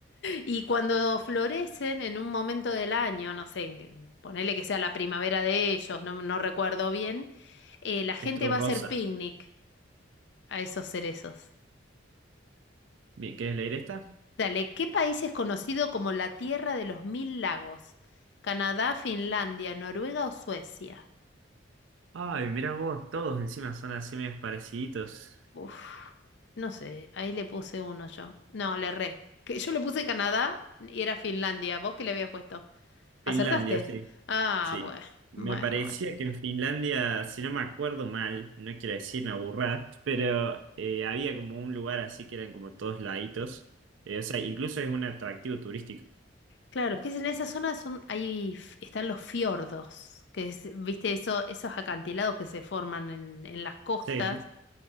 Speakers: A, on the left; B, on the right.
A: Y cuando florecen en un momento del año, no sé, en- ponele que sea la primavera de ellos, no, no recuerdo bien, eh, la gente
B: Es todo
A: va
B: rosa.
A: a hacer picnic. a esos cerezos.
B: Bien, ¿quieres leer esta?
A: Dale, ¿qué país es conocido como la Tierra de los Mil Lagos? ¿Canadá, Finlandia, Noruega o Suecia?
B: Ay, mirá vos, todos encima son así medios pareciditos.
A: Uf, no sé, ahí le puse uno yo. No, le erré. Que yo le puse Canadá y era Finlandia. ¿Vos qué le habías puesto?
B: Finlandia,
A: ¿Acertaste?
B: sí,
A: Ah,
B: sí.
A: bueno,
B: Me
A: bueno,
B: parecía
A: bueno.
B: que en Finlandia, si no me acuerdo mal, no quiero decir una burrada, pero eh, había como un lugar así que eran como todos laditos. Eh, o sea, incluso es un atractivo turístico.
A: Claro, que es en esa zona son, ahí f- están los fiordos, que es, viste, eso, esos acantilados que se forman en, en las costas,
B: Sí.